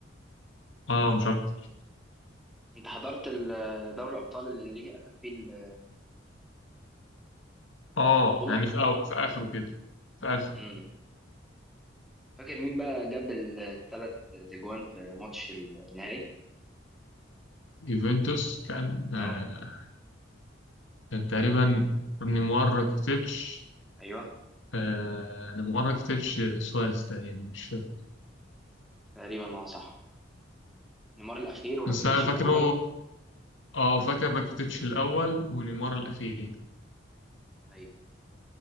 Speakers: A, on the left (about 75°); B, in the centre.
A: آه مش أكتر
B: انت حضرت ال- دوري الابطال اللي انريكي اخد فيه ال-
A: آه
B: البطوله
A: يعني في أو في آخره كده في آخره
B: امم فاكر مين بقى جاب الثلاث تجوان في ماتش النهائي
A: يوفنتوس كان
B: اه
A: آه كان تقريبا نيمار راكيتيتش
B: ايوه
A: آه نيمار راكيتيتش سواريز تقريبا مش فاكر
B: تقريبا اه صح نيمار الاخير وراكيتيتش
A: بس أنا فاكره
B: الاول
A: اه فاكر راكيتيتش الأول ونيمار الأخير
B: مم. ايوه